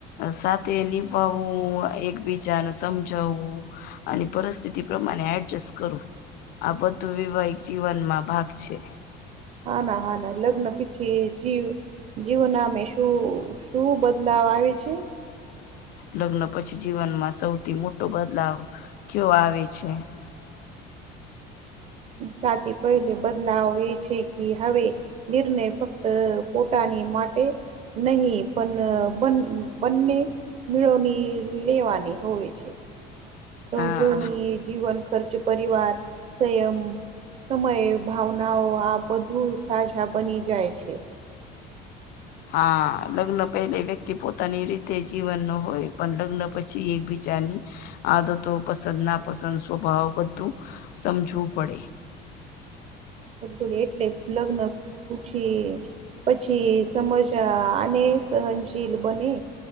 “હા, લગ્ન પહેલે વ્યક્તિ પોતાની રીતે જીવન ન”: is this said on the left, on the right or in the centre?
Left